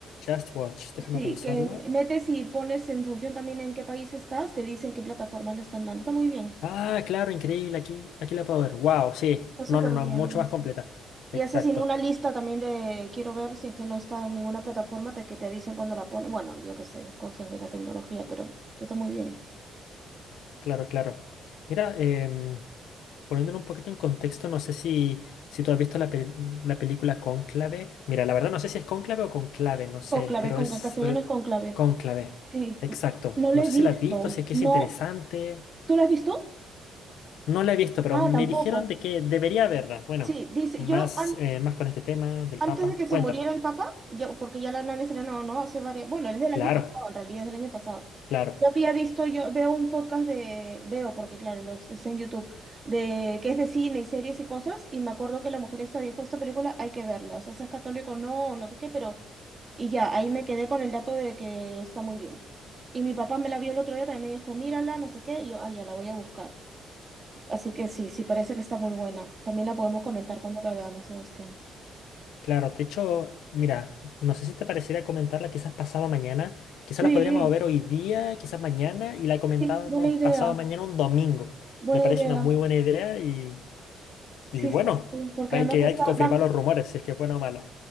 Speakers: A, on the left (about 85°); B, on the right (about 30°).
A: Just Watch, déjame
B: sí,
A: revisarla.
B: que metes y pones en función también en qué país estás, te dicen qué plataformas le están dando, está muy bien,
A: Ah, claro, increíble, aquí, aquí la puedo ver. Wow, sí.
B: está súper
A: No, no, no,
B: bien.
A: mucho más completa.
B: Y
A: Exacto.
B: haces sino una lista también de, quiero ver si es que no está en ninguna plataforma, te, que te avisen cuando la ponen. Bueno, yo qué sé, cosas de la tecnología, pero, pero está muy bien.
A: Claro, claro. Mira, em, poniéndolo un poquito en contexto, no sé si, si tú has visto la, pel- la película Cónclave. Mira, la verdad no sé si es Cónclave o Conclave, no sé,
B: Conclave,
A: pero
B: conclave,
A: es
B: castellano
A: rel-
B: es conclave.
A: Cónclave.
B: Sí,
A: Exacto.
B: n- no lo
A: No
B: he
A: sé
B: visto.
A: si la has visto, si es que
B: No,
A: es interesante.
B: ¿tú lo has visto?
A: No la he visto, pero
B: Ah,
A: me
B: tampoco.
A: dijeron de que debería verla. Bueno,
B: Sí, dice,
A: más,
B: yo, an-
A: eh, más con este tema del
B: Antes
A: Papa.
B: de que se
A: Cuéntame.
B: muriera el papá, yo, porque ya la nana era no, no, hace varias, bueno, es del
A: Claro,
B: año pasado, en realidad es del año pasado.
A: claro.
B: Yo había visto, yo veo un podcast de, veo, porque claro, los está en YouTube, de que es de cine y series y cosas, y me acuerdo que la mujer esta dijo, esta película hay que verla, o sea, seas católico o no, o no sé qué, pero, y ya, ahí me quedé con el dato de que está muy bien. Y mi papá me la vio el otro día, también me dijo, mírala, no sé qué, y yo, ay, ya la voy a buscar. Así que sí, sí, parece que está muy buena. También la podemos comentar cuando la veamos, Sebastián.
A: Claro, de hecho, mira, no sé si te pareciera comentarla quizás pasado mañana, quizás
B: Sí.
A: la podríamos ver hoy día, quizás mañana, y la comentábamos
B: Sí, buena idea,
A: pasado mañana un domingo.
B: buena
A: Me parece
B: idea.
A: una muy buena idea y,
B: Sí,
A: y bueno,
B: sí, sí, porque
A: hay
B: además
A: que,
B: está
A: hay que confirmar
B: más
A: los rumores, si es que es buena o mala.